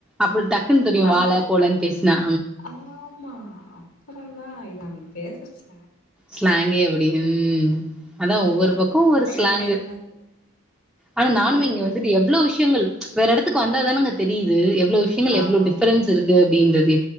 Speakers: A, in the centre; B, on the left.
A: அப்டி டக்குன்னு தெரியும்
B: அப்ப
A: வாழ போலன்னு பேசுனா
B: ஆமா அப்பறோ தா இது அவிங் பே சார்
A: ஸ்லாங்கே அப்டி ம்
B: ஆ
A: அதான்
B: அது
A: ஒவ்வொரு
B: வந்து நம்ம
A: பக்கம் ஒவ்வொரு
B: பழக
A: ஸ்லாங்கு
B: பேசதா
A: ஆனா நானும்மே
B: பழக
A: இங்க
B: பேசணு
A: வந்துட்டு எவ்வளவு விஷயங்கள் வேற இடத்துக்கு வந்தாதானுங்க தெரியிது <unintelligible> எவ்ளோ விஷயங்கள்
B: ஆமாமா
A: எவ்ளோ டிஃப்ரன்ஸ் இருக்கு அப்டின்றத்